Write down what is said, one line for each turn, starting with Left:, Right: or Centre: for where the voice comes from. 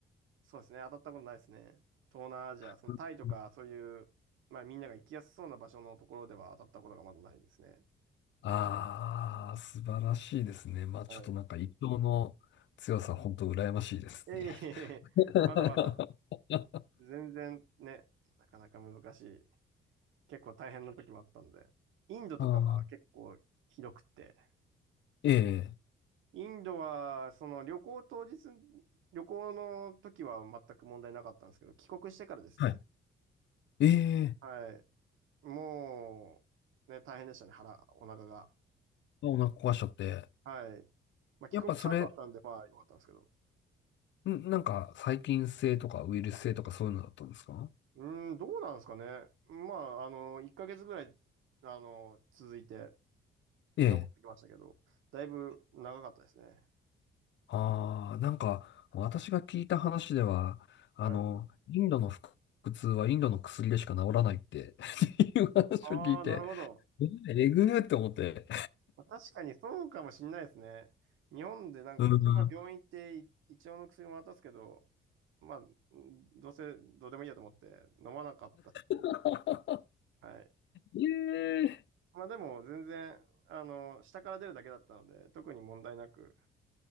Right: そうですね。当たったことないですね。東南アジア、
Left: <laughs>
Right: そのタイとか、そういう、まあみんなが行きやすそうな場所のところでは当たったことがまだないですね。
Left: ああー、素晴らしいですね。まあちょっとなんか一生の強さ、
Right: はい。
Left: 本当羨ましいですね。
Right: いえいえいえ、
Left: <laughs>
Right: まだまだ、全然ね、なかなか難しい。結構大変な時もあったんで、インドとかは結構ひどくて、
Left: あーええ、
Right: インドはその旅行当日、旅行の時は全く問題なかったんですけど、帰国してからですね、
Left: はい。ええ、
Right: はい、もう、ね、大変でしたね、腹、お腹が。
Left: あお腹壊しちゃって。
Right: はい。まあ、帰国した後だったんで、
Left: やっぱそれ、
Right: まあ、良かったんですけど。
Left: ん、なんか細菌性とかウイルス性とかそういうのだったんですか
Right: うーん、どうなんですかね。まあ、あの、1ヶ月ぐらい、あの、続いて、
Left: ええ。
Right: 治ってきましたけど、だいぶ長かったですね。
Left: ああ、なんか私が聞いた話では、あの、
Right: はい。
Left: インドの腹痛はインドの薬でしか治らないって <laughs> っていう話を聞いて、
Right: ああ、なるほど。
Left: えええぐーって思って。
Right: まあ確かにそうかもしんないですね。日本でなんか、
Left: うん。
Right: 一応まあ病院行ってい一応の薬も渡すけど、まあ、うんどうせどうでもいいやと思って飲まなかった。
Left: <laughs>
Right: はい。
Left: ええ、
Right: まあでも全然、あの、下から出るだけだったので、特に問題なく、